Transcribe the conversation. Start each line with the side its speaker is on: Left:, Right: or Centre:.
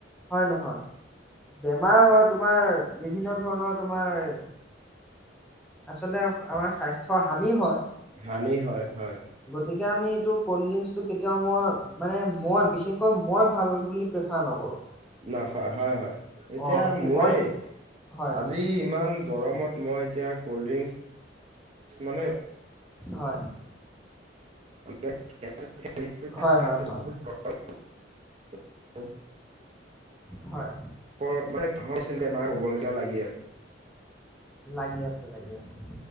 Centre: হয়-নহয়। বেমাৰ হয় তোমাৰ তোমাৰ বিভিন্ন ধৰণৰ তোমাৰ আচলতে আমাৰ স্বাস্থ্যৰ হানি হয়।
Right: হানি হয়, হয়।
Centre: তিকে আমি এইটো ক'ল্ড ড্ৰিংকচটো কেতিয়াও মই মানে, মই বিশেষকৈ মই ভাল বুলি প্ৰেফাৰ নকৰোঁ।
Right: <unintelligible> হয়, হয় এতিয়া
Centre: অ কি
Right: মোৰেই!
Centre: অইন হয়
Right: আজি ইমান গৰমত মই এতিয়া ক'ল্ড-ড্ৰিংকচ মানে
Centre: হয়।
Right: <inaudible> <inaudible>
Centre: হয় হয় হয়
Right: <inaudible>
Centre: হয়।
Right: <unintelligible> বেমাৰ হ'ব নিচিনা লাগিয়ে আছে।
Centre: লাগি আছে, লাগি আছে।